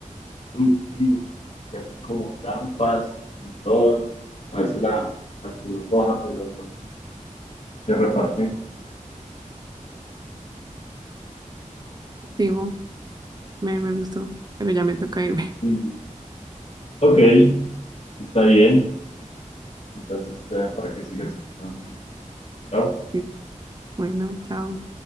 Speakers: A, on the left; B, on the right.
A: club, sí, que hacen como campas y todo. A veces la, la Cruz Roja, pero entonces se reparten.
B: digo, me, me gustó, pero ya me toca irme.
A: Mm. ok, está bien. Entonces, te- para que sigas escuchando. Chao.
B: <laughs> Bueno, chao.